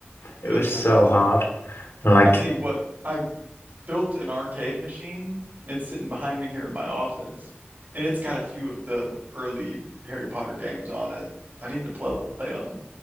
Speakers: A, on the right; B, on the left.
A: Yeah,
B: it was
A: that sounds
B: so
A: tough.
B: hard and like
A: I'll tell you what. I built an arcade machine. It's sitting behind me here in my office, and it's got a few of the early Harry Potter games on it. I need to play, them.